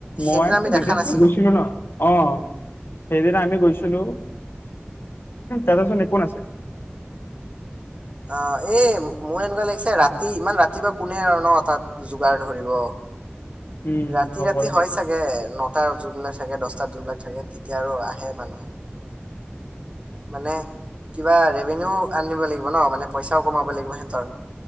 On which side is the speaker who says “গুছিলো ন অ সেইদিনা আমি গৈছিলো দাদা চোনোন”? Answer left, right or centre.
Left